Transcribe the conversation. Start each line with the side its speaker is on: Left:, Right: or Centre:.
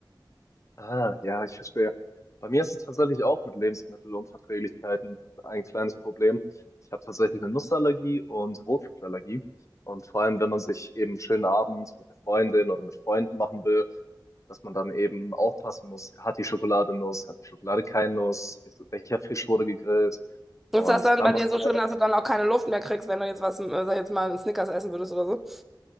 Left: Ah, ja, ich verstehe. Bei mir ist es tatsächlich auch mit Lebensmittelunverträglichkeiten ein kleines Problem. Ich habe tatsächlich eine Nussallergie und Rotfruchtallergie. Und vor allem, wenn man sich eben einen schönen Abend mit der Freundin oder mit Freunden machen will, dass man dann eben aufpassen muss, hat die Schokolade Nuss, hat die Schokolade keine Nuss, ist, welcher Fisch wurde gegrillt. Und
Centre: Ist das dann
Left: da
Centre: bei
Left: muss
Centre: dir so
Left: ich leider
Centre: schlimm, dass du dann auch keine Luft mehr kriegst, wenn du jetzt was, äh, sag ich jetzt mal, einen Snickers essen würdest oder so?